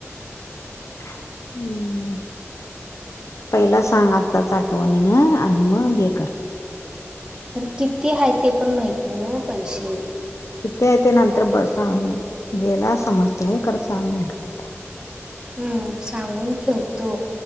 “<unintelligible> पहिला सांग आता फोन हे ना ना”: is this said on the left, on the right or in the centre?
Left